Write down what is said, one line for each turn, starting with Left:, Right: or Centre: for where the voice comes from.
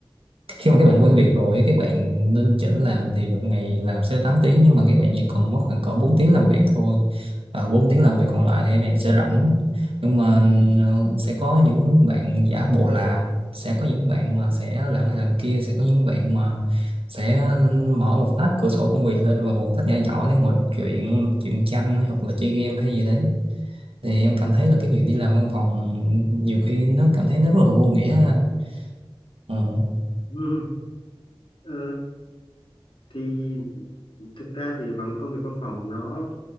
Right: khi mà các bạn quen việc rồi ấy, các bạn nên chỉnh làm thì một ngày làm sẽ 8 tiếng nhưng mà các bạn chỉ cần mất khoảng cỡ 4 tiếng làm việc thôi à, 4 tiếng làm việc còn lại thì các bạn sẽ rảnh nhưng mà ừ, sẽ có những bạn giả bộ làm sẽ có những bạn mà sẽ làm này làm kia sẽ có những bạn mà sẽ mở một tách cửa sổ công việc lên và một tách nhỏ nhỏ để ngồi đọc chuyện chuyện tranh hoặc là chơi game hay gì đấy thì em cảm thấy là cái việc đi làm văn phòng nhiều khi nó cảm thấy nó rất là vô nghĩa anh ờ
Left: trọng Ờ, thì thực ra thì bằng công việc văn phòng nó